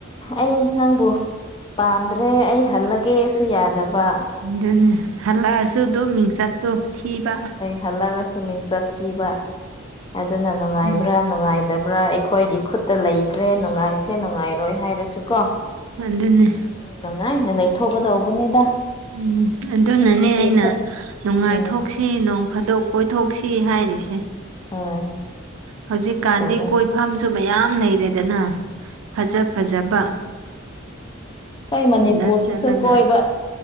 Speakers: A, on the left (about 25°); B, on the right (about 85°).
A: ꯑꯩ ꯅꯪꯕꯨ ꯄꯥꯝꯗ꯭ꯔꯦ ꯑꯩ ꯍꯜꯂꯒꯦꯁꯨ ꯌꯥꯗꯕ
B: ꯑꯗꯨꯅꯦ ꯍꯜꯂꯛꯑꯁꯨ ꯑꯗꯨꯝ ꯃꯤꯡꯆꯠꯇꯨ ꯊꯤꯕ
A: ꯍꯜꯂꯛꯔꯁꯨ ꯃꯤꯡꯆꯠ ꯊꯤꯕ ꯑꯗꯨꯅ ꯅꯨꯡꯉꯥꯏꯕ꯭ꯔꯥ
B: ꯎꯝ
A: ꯅꯨꯡꯉꯥꯏꯇꯕ꯭ꯔꯥ ꯑꯩꯈꯣꯏꯒꯤ ꯈꯨꯠꯇ ꯂꯩꯈ꯭ꯔꯦ ꯅꯨꯡꯉꯥꯏꯁꯦ ꯅꯨꯡꯉꯥꯏꯔꯣꯏ ꯍꯥꯏꯔꯁꯨ ꯀꯣ
B: ꯑꯗꯨꯟꯅꯦ
A: ꯅꯨꯡꯉꯥꯏꯅ ꯂꯩꯊꯣꯛꯀꯗꯧꯕꯅꯤꯗ
B: ꯎꯝ ꯑꯗꯨꯅꯅꯦ
A: ꯑꯩꯈꯣꯏ ꯅꯨꯄꯤꯁꯨ
B: ꯑꯩꯅ ꯅꯨꯡꯉꯥꯏꯊꯣꯛꯁꯦ
A: ꯎꯝ
B: ꯁꯤ ꯅꯣꯡ ꯐꯥꯗꯣꯛ ꯀꯣꯏꯊꯣꯛꯁꯤ ꯍꯥꯏꯔꯤꯁꯦ
A: ꯍꯣꯏ
B: ꯍꯧꯖꯤꯛꯀꯥꯟꯗꯤ
A: ꯆꯨꯝꯃꯦ
B: ꯀꯣꯏꯐꯝꯁꯨ ꯃꯌꯥꯝ ꯂꯩꯔꯦꯗꯅ ꯐꯖ ꯐꯖꯕ
A: ꯀꯣꯏ ꯃꯅꯤꯄꯨꯔꯁꯤꯁꯨ
B: ꯑꯗꯨꯗ ꯆꯠꯂꯒ
A: ꯀꯣꯏꯕ